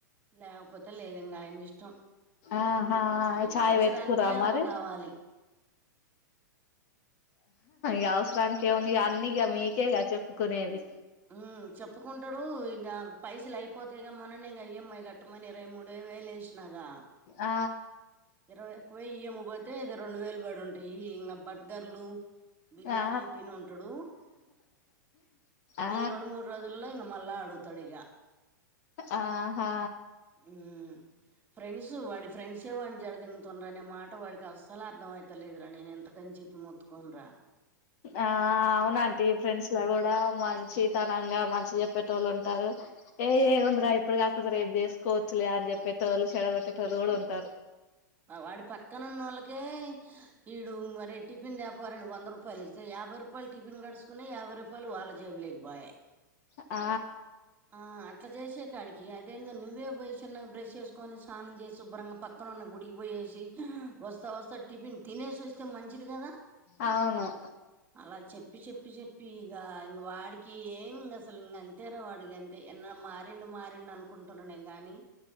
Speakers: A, on the right; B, on the left.
A: లేకపోతే లేదు ఇంకా ఆయన ఇష్టం
B: ఆహా చాయ్
A: అవసరానికే
B: పెట్టుకురా మరి
A: అమ్మ కావాలి
B: గవసరానికినికివను అన్నిగా మీకేగా చెప్పుకునేది
A: మ్మ్ చెప్పుకుంటాడు ఇంక పైసలు అయిపోతేగా మొన్నని ఇంక ఈఎంఐ కట్టమని ఇరవై మూడు వేలు వేసినాగా
B: ఆ
A: ఇరవై ఒక్క వేయి ఈఎం కి పోతే, ఇక రెండు వేలు పడి ఉంటాయి. ఇంకా బ బర్గర్లు బిర్యానీ
B: ఆ
A: తిని ఉంటాడు.
B: ఆ
A: ఈ రెండు మూడు రోజులల్లో ఇం మళ్ళా అడుగుతాడు, ఇగా
B: ఆహా
A: మ్ ఫ్రెండ్స్ వాడి ఫ్రెండ్స్ వాడిని చెడ దేంగతుండరు, అనే మాట వాడికి అసలే అర్థం మైత, చెత్తలేదురా నేను ఎంతకని చెప్పి మొత్తుకోన రా
B: ఆ అవునంటడి ఫ్రెండ్స్ లా కూడా మంచి తనంగా మంచి చెప్పేట వాళ్ళు ఉంటారు. ఏ ఏముందిరా ఇప్పుడు కాకపోతే రేపు చేసుకోవచ్చు, ఆరు చెప్పేట వాళ్ళు చెడగొట్టేట వాళ్ళు కూడా ఉంటారు
A: వాడి పక్కన ఉన్నోళ్ళకే ఈడు మరి టిఫిన్ దెపోరా అని వంద రూపాయలు ఇస్ యాభై రూపాయలు టిఫిన్ గడుచకునే యాభై రూపాయలు వాళ్ళ జేబు లేకపోయే,
B: ఆ
A: ఆ అట్లా చేసేకాడికి అదేందో నువ్వే పోయి చిన్నగ బ్రష్ చేసుకొని స్నానం చేసి శుభ్రంగా పక్కనన్న గుడికిపోయేసి వస్తా వస్తా టిఫిన్ తినేసి వస్తే మంచిది కదా
B: అవును
A: అలా చెప్పి చెప్పి చెప్పి ఇక ఇంక వాడికి ఏమి ఇ అసలు ఇ అంతేరా వాడికి అంతే ఎన్న మారేండ మారిండు అనుకుంటున్ననే గాని